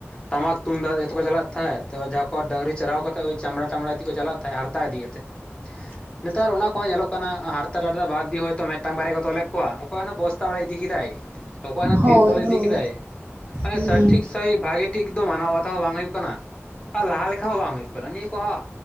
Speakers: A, on the left; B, on the right.
A: ᱴᱟᱢᱟᱠ ᱛᱩᱢᱫᱟᱜ ᱡᱚᱛᱚ ᱠᱚ ᱪᱟᱞᱟᱜ ᱛᱟᱦᱮᱸᱫ ᱛᱚ ᱡᱟᱦᱟᱸ ᱰᱟᱝᱨᱤ ᱪᱟᱨᱦᱟᱣ ᱠᱟᱛᱮᱫ ᱳᱭ ᱪᱟᱢᱲᱟ ᱴᱟᱢᱲᱟ ᱛᱮᱜ ᱠᱩ ᱪᱟᱞᱟᱜ ᱛᱟᱦᱮᱸᱜ ᱦᱟᱨᱛᱟ ᱤᱫᱤ ᱠᱟᱛᱮ᱾
B: <unintelligible>
A: ᱱᱮᱛᱟᱨ ᱚᱱᱟ ᱠᱚᱦᱚᱸ ᱧᱮᱞᱚᱜ ᱠᱟᱱᱟ ᱦᱟᱨᱛᱟ ᱨᱟᱰᱨᱟ ᱵᱟᱫ ᱫᱤᱭᱮ ᱦᱚᱭ ᱛᱚ ᱢᱤᱫᱴᱟᱝ ᱵᱟᱨᱭᱟ ᱠᱚ ᱛᱚᱞᱮᱫ ᱠᱚᱣᱟ, ᱚᱠᱚᱭ ᱚᱱᱟ ᱵᱚᱥᱛᱟ ᱚᱲᱮᱭ ᱤᱫᱤ ᱠᱮᱫᱟᱭ᱾ ᱚᱠᱚᱭ
B: ᱦᱳᱭ
A: ᱛᱤᱨᱯᱚᱞᱮ ᱤᱫᱤ
B: ᱦᱳᱭ
A: ᱠᱮᱫᱟᱭ ᱢᱟᱱᱮ
B: ᱦᱩᱸ
A: ᱥᱟᱹᱨ
B: ᱦᱳᱭ
A: ᱴᱷᱤᱠ ᱥᱟᱹᱭᱤ ᱵᱷᱟᱹᱜᱤ ᱴᱷᱤᱠ ᱫᱚ ᱢᱟᱱᱟ ᱵᱟᱛᱟᱣ ᱦᱚᱸ ᱵᱟᱝ ᱦᱩᱭᱩᱜ ᱠᱟᱱᱟ᱾ ᱟᱨ ᱞᱟᱦᱟ ᱞᱮᱠᱟ ᱦᱚᱸ ᱵᱟᱝ ᱦᱩᱭᱩᱜ ᱠᱟᱱᱟ, ᱱᱤᱭᱟᱹ ᱠᱚᱦᱚᱸ